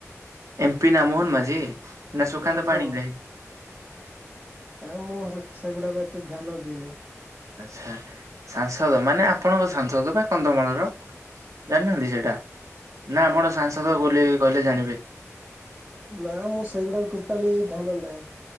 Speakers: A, on the right; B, on the right.
A: ଏମ୍ପି ନା ମୋହନ ମାଝି ନା ସୁକନ୍ତ
B: ଆଉ
A: ପାଣିଗ୍ରାହି।
B: କଣ ଏ ମୁଁ ସେଗୁଡାକୁ ଏତେ ଧ୍ୟାନ ଦିନି।
A: ଆଚ୍ଛା ସାଂସଦ ମାନେ ଆପଣଙ୍କ ସାଂସଦ ବା କନ୍ଧମାଳର। ଜାଣିନାହାନ୍ତି ସେଇଟା ନା ଆପଣ ସାଂସଦ ବୋଲି କହିଲେ ଜାଣିବେ।
B: ନା ମୁଁ ସେଇଗୁଡାକ ଟୋଟାଲି ଧ୍ୟାନ ନାହିଁ।